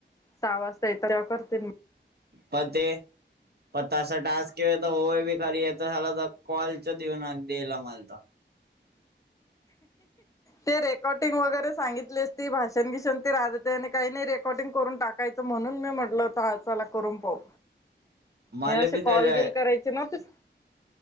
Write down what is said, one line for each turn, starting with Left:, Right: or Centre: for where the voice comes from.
Left: सहा वाजता येत तेव्हा करतील.
Right: मते पताच असं टास्क केय तर होय बी खरी येत झाला तर कॉलच देऊन दिला मला तर <unintelligible>
Left: ते रेकॉर्डिंग वगैरे सांगितले असं ती भाषण भिषन ती राजते आणि काही नाही रेकॉर्डिंग करून टाकत. काय तर म्हणून मी म्हटलं ता हा चला करून पाहू.
Right: मला
Left: हे असे
Right: बी
Left: कॉल
Right: त्याला
Left: गेलं करायचे नव्हतेच.